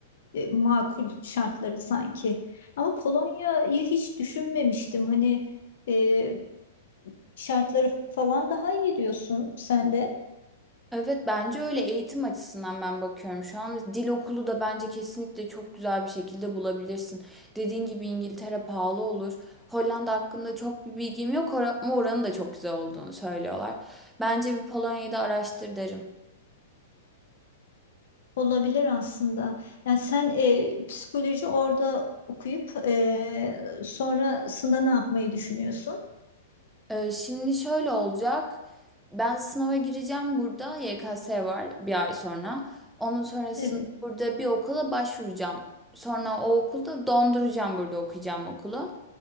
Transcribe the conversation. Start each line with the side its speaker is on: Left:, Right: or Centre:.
Left: e, makul şartları sanki. Ama Polonya'yı hiç düşünmemiştim. Hani e, şartları falan daha iyi diyorsun sen de.
Centre: Evet bence öyle eğitim açısından ben bakıyorum şu an. Dil okulu da bence kesinlikle çok güzel bir şekilde bulabilirsin. Dediğin gibi İngiltere pahalı olur. Hollanda hakkında çok bir bilgim yok ora- ama oranın da çok güzel olduğunu söylüyorlar. Bence bir Polonya'yı da araştır derim.
Left: Olabilir aslında. Yani sen e, psikoloji orada okuyup e, sonrasında ne yapmayı düşünüyorsun?
Centre: Ee, şimdi şöyle olacak. Ben sınava gireceğim burada. YKS var bir ay sonra. Onun sonrasında
Left: Evet.
Centre: burada bir okula başvuracağım. Sonra o okulda donduracağım burada okuyacağım okulu.